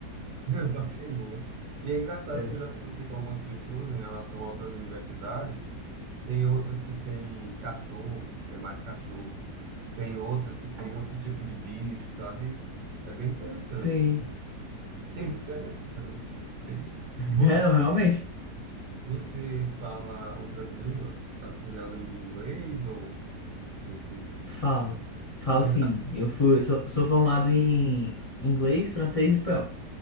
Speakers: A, on the right; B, on the left.
A: <laughs> patrimônio. E é engraçado
B: É.
A: que eu já conversei com algumas pessoas em relação a outras universidades. Tem outras que têm cachorro, é mais cachorro. Tem outras que têm outro tipo de bicho, sabe? É bem interessante.
B: Sim.
A: <laughs> É interessante. Você,
B: Não, realmente.
A: você fala outras línguas, assim, além do inglês ou, enfim.
B: Falo, falo
A: Legal.
B: sim. Eu fui, sou, sou formado em inglês, francês e espanhol.